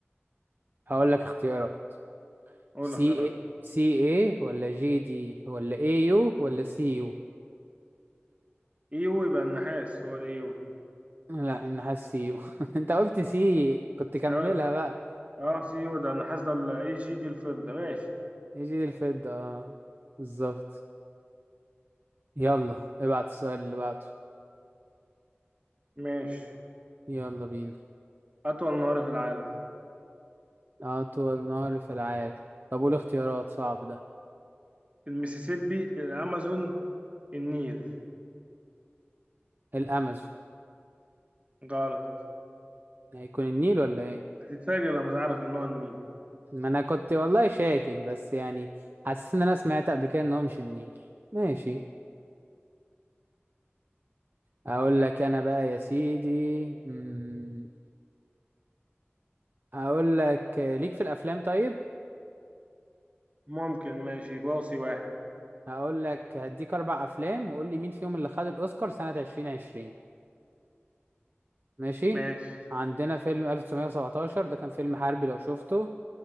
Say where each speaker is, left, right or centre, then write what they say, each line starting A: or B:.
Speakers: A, on the right (about 50°); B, on the right (about 30°).
A: هقول لك اختيارات
B: هو
A: سي
B: اللي اختارها
A: إيه، سي ايه ولا جي دي ولا اي يو ولا سي يو
B: ايو يبقى النحاس هو الايو
A: لا النحاس سي يو <laughs> انت قلت سي كنت كملها
B: تمام
A: بقى
B: اه سي يو ده النحاس ده الاي جي دي الفضة ماشي
A: اي جي دي الفضة اه بالظبط يلا ابعت السؤال اللي بعده
B: ماشي
A: يلا بينا
B: أطول نهر في العالم
A: أطول نهر في العالم طب قول اختيارات صعب ده
B: المسيسيبي الأمازون النيل
A: الأمازون
B: غلط
A: هيكون النيل ولا إيه؟
B: هتتفاجئ لما تعرف إن هو النيل
A: ما أنا كنت والله شاكك بس يعني حسيت إن أنا سمعت قبل كده إن هو مش النيل ماشي أقول لك أنا بقى يا سيدي مم، أقول لك ليك في الأفلام طيب؟
B: ممكن ماشي باصي واحد
A: هقول لك هديك أربع أفلام وقول لي مين فيهم اللي خد الأوسكار سنة عشرين عشرين ماشي؟
B: ماشي
A: عندنا فيلم 1917 ده كان فيلم حربي لو شفته